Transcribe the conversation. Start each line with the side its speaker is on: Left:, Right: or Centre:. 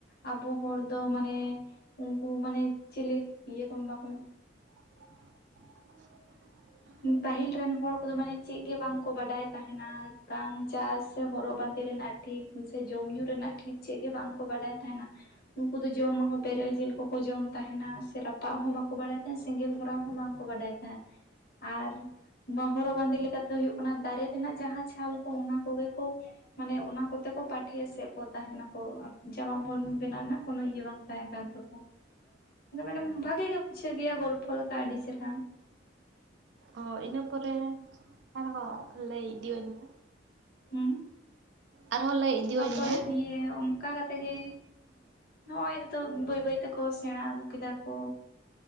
Left: ᱟᱵᱚ ᱦᱚᱲ ᱫᱚ ᱢᱟᱱᱮ ᱩᱱᱠᱩ ᱢᱟᱱᱮ ᱪᱤᱞᱮ ᱤᱭᱟᱹ ᱠᱚ ᱵᱟᱠᱚ
Right: <inaudible>
Left: ᱯᱟᱹᱦᱤᱞ ᱨᱮᱱ ᱦᱚᱲ ᱠᱚᱫᱚ ᱢᱟᱱᱮ ᱪᱮᱫ ᱜᱮ ᱵᱟᱝᱠᱚ ᱵᱟᱰᱟᱭ ᱛᱟᱦᱮᱱᱟ ᱵᱟᱝ ᱪᱟᱥ ᱥᱮ ᱦᱚᱨᱚᱜ ᱵᱟᱸᱫᱮ ᱨᱮᱱᱟᱜ ᱴᱷᱤᱠ ᱥᱮ ᱡᱚᱢ ᱧᱩ ᱨᱮᱱᱟᱜ ᱴᱷᱤᱠ ᱪᱮᱫ ᱜᱮ ᱵᱟᱝᱠᱚ ᱵᱟᱰᱟᱭ ᱛᱟᱦᱮᱱᱟ ᱩᱱᱠᱩ ᱫᱚ ᱡᱚᱢᱟᱠᱚ ᱵᱮᱨᱮᱞ ᱡᱤᱞ ᱠᱚᱠᱚ ᱡᱚᱢ ᱛᱟᱦᱮᱱᱟ ᱥᱮ ᱨᱟᱯᱟᱜ ᱦᱚᱸ ᱵᱟᱠᱚ ᱵᱟᱲᱟᱭ ᱛᱟᱦᱮᱱᱟ ᱥᱮᱸᱜᱮᱞ ᱫᱷᱚᱨᱟ ᱦᱚᱸ ᱵᱟᱝ ᱠᱚ ᱵᱟᱰᱟᱭ ᱛᱟᱦᱮᱸ ᱟᱨ ᱢᱟ ᱦᱚᱨᱚᱜ ᱵᱟᱸᱫᱮ ᱫᱚ ᱦᱩᱭᱩᱜ ᱠᱟᱱᱟ ᱫᱟᱨᱮ ᱨᱮᱱᱟᱜ ᱡᱟᱦᱟᱸ ᱪᱷᱟᱞ ᱠᱚ ᱚᱱᱟ ᱠᱚᱜᱮ ᱠᱚ ᱢᱟᱱᱮ ᱚᱱᱟ ᱠᱚᱛᱮ ᱠᱚ ᱯᱟᱴᱷᱮ ᱮᱥᱮᱫ ᱠᱚ ᱛᱟᱦᱮᱱᱟᱠᱚ ᱡᱟᱢᱟ ᱯᱮᱱ ᱵᱮᱱᱟᱣ ᱨᱮᱱᱟᱜ ᱠᱳᱱᱚ ᱤᱭᱟᱹ ᱵᱟᱝ ᱛᱟᱦᱮᱸ ᱠᱟᱱ ᱛᱟᱠᱚᱭᱟ ᱟᱫᱚ ᱢᱟᱱᱮ ᱵᱷᱟᱜᱮ ᱜᱮ ᱵᱩᱡᱷᱟᱹᱣ ᱜᱮᱭᱟ ᱜᱚᱞᱯᱚ ᱞᱮᱠᱟ ᱟᱹᱰᱤ ᱪᱮᱨᱦᱟ
Right: ᱚ ᱤᱱᱟᱹ ᱯᱚᱨᱮ ᱟᱨᱦᱚᱸ ᱞᱟᱹᱭ ᱤᱫᱤᱧ ᱢᱮ
Left: ᱦᱩᱸ
Right: ᱟᱨᱦᱚᱸ ᱞᱟᱹᱭ ᱤᱫᱤᱧ
Left: ᱚᱱᱟ ᱯᱚᱨᱮ
Right: ᱢᱮ
Left: ᱫᱤᱭᱮ ᱚᱱᱠᱟ ᱠᱟᱛᱮᱜ ᱜᱮ ᱱᱚᱜ ᱚᱭ ᱱᱤᱛᱚᱜ ᱵᱟᱹᱭ ᱵᱟᱹᱭ ᱛᱮᱠᱚ ᱥᱮᱬᱟ ᱟᱹᱜᱩ ᱠᱮᱫᱟ ᱠᱚ